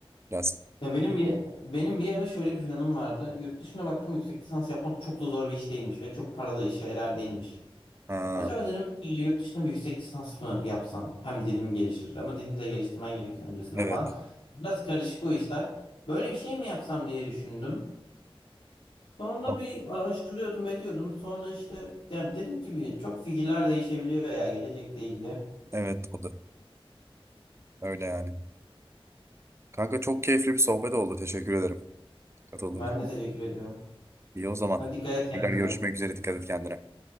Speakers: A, on the right; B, on the left.
A: biraz.
B: Ya benim bir benim bir ara şöyle bir planım vardı. Yurt dışına baktım yüksek lisans yapmak çok da zor bir iş değilmiş ve çok paralı iş şeyler değilmiş.
A: Ha,
B: Acaba dedim ki yurt dışında bir yüksek lisans mı yapsam? Hem dilim gelişir ama dilimi de geliştirmen gerekiyor öncesinde
A: evet.
B: falan. Biraz karışık o işler. Böyle bir şey mi yapsam diye düşündüm. Sonra
A: Tamam.
B: bir araştırıyordum ediyordum. Sonra işte yani dedim ki bir çok fikirler değişebiliyor ya gelecekle ilgili.
A: Evet o da. Öyle yani. Kanka çok keyifli bir sohbet oldu. Teşekkür ederim katıldığın
B: Ben de teşekkür ediyorum.
A: İyi o zaman.
B: Hadi dikkat et kendine.
A: Tekrar görüşmek üzere. Dikkat et kendine.